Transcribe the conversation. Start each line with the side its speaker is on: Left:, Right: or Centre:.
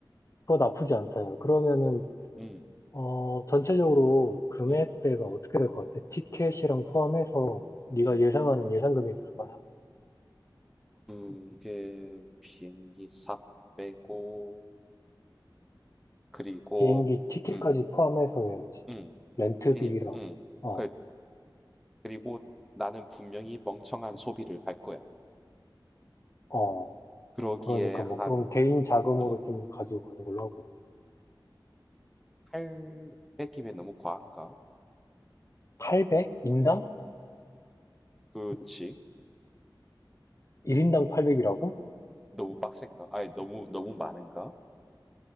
Left: 그거 나쁘지 않다요 그러면은
Centre: 음,
Left: 어 전체적으로 금액대가
Centre: 음,
Left: 어떻게 될 것 같아? 티켓이랑 포함해서 네가
Centre: 음.
Left: 예상하는 예상 금액이 얼마야?
Centre: 그게 비행기 싹 빼고 그리고
Left: 비행기 티켓까지
Centre: 음,
Left: 포함해서 해야지
Centre: 음,
Left: 렌트비랑
Centre: 비행기 음.
Left: 어
Centre: 그- 그리고 나는 분명히 멍청한 소비를 할 거야.
Left: 어
Centre: 그러기에
Left: 그러니까 뭐
Centre: 한,
Left: 그건 개인 자금으로
Centre: 어,
Left: 좀 가지고 가는 걸로 하고
Centre: 800이면 너무 과한가?
Left: 800? 인당?
Centre: 그렇지.
Left: 1인당 800이라고?
Centre: 너무 빡센가? 아니, 너무, 너무 많은가?